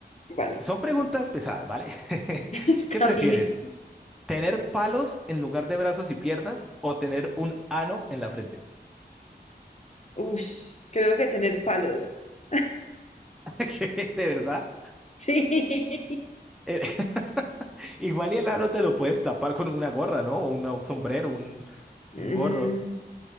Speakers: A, on the left; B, in the centre.
A: Vale,
B: Son preguntas pesadas, ¿vale? <laughs>
A: <laughs> está
B: ¿Qué prefieres?
A: bien.
B: ¿Tener palos en lugar de brazos y piernas o tener un ano en la frente?
A: Uf, creo que tener palos. <laughs>
B: <laughs> ¿Qué? ¿De verdad?
A: Sí.
B: <laughs> Igual y el ano te lo puedes tapar con una gorra, ¿no? O una- un sombrero, un,
A: Mm,
B: un gorro.